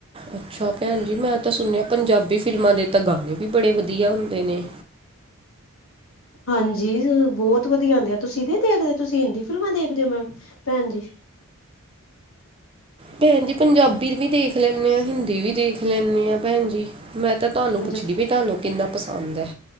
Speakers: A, on the right (about 25°); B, on the left (about 65°).
A: ਅੱਛਾ ਭੈਣ ਜੀ ਮੈਂ ਤਾਂ ਸੁਣਿਆ, ਪੰਜਾਬੀ ਫਿਲਮਾਂ ਦੇ ਤਾਂ ਗਾਣੇ ਵੀ ਬੜੇ ਵਧੀਆ ਹੁੰਦੇ ਨੇ।
B: ਹਾਂਜੀ ਬਹੁਤ ਵਧੀਆ ਹੁੰਦੀ ਆ, ਤੁਸੀਂ ਨਹੀਂ ਦੇਖਦੇ, ਤੁਸੀਂ ਹਿੰਦੀ ਫਿਲਮਾਂ ਦੇਖਦੇ ਹੋ ਮੈਂ ਭੈਣ ਜੀ।
A: ਭੈਣ ਜੀ ਪੰਜਾਬੀ ਵੀ ਦੇਖ ਲੈਂਦੇ ਹਾਂ, ਹਿੰਦੀ ਵੀ ਦੇਖ ਲੈਂਦੇ ਹਾਂ ਭੈਣ ਜੀ। ਮੈਂ ਤਾਂ ਤੁਹਾਨੂੰ ਪੁੱਛਦੀ
B: ਅੱਛਾ
A: ਵੀ, ਤੁਹਾਨੂੰ ਕਿੰਨਾ ਪਸੰਦ ਹੈ।